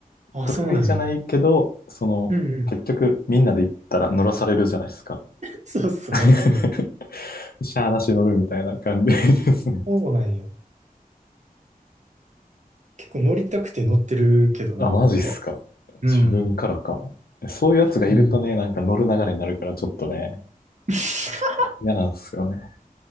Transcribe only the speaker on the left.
得意じゃないけど、
その、
結局みんなで行ったら乗らされるじゃないですか。
<laughs>
しゃーなし乗るみたいな感じですね。
<laughs> あ、
マジっすか。
自分からか。そういうやつがいるとね、
なんか乗る流れになるからちょっとね、
嫌なんですよね。